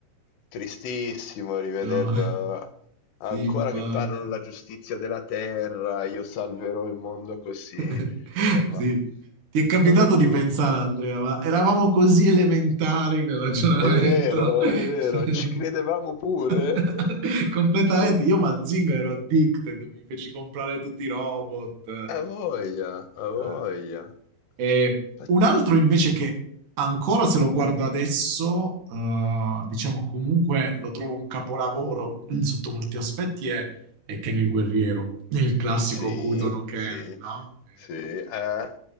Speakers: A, on the left (about 75°); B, on the right (about 50°).
A: Tristissimo rivederlo.
B: No, Sì,
A: Ancora
B: infatti.
A: che parlano la giustizia della terra, io salverò il mondo così.
B: <laughs>
A: Cioè, ma
B: Sì. Ti è capitato
A: non è più
B: di pensare,
A: un di-
B: Andrea, ma eravamo così elementari nel ragionamento.
A: È vero,
B: <laughs>
A: è vero, ci credevamo pure.
B: <laughs>
A: <laughs>
B: Completamente, io Mazinga ero addicted, mi feci comprare tutti i robot.
A: A voglia, a voglia.
B: eh, eh. E
A: Infatti,
B: un altro invece che ancora se lo guardo adesso, eh, diciamo comunque lo trovo un capolavoro mm, sotto molti aspetti, è, è Ken il guerriero, il classico
A: Sì,
B: Kudo no Ken,
A: sì,
B: no? Eh,
A: sì. eh.